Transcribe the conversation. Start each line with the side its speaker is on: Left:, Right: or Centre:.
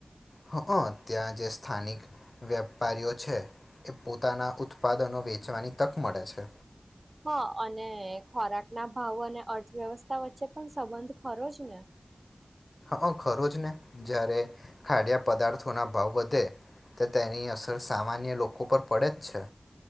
Left: હ ત્યાં જે સ્થાનિક વેપારીઓ છે એ પોતાના ઉત્પાદનો વેચવાની તક મળે છે.
Right: હા અને ખોરાક ના ભાવ અને અર્થવ્યવસ્થા વચ્ચે પણ સંબંધ ખરો જ ને
Left: અ ખરો જ ને જારે ખાડયા પદાર્થોના ભાવ વધે તો તેની અસર સામાન્ય લોકો પર પડે જ છે.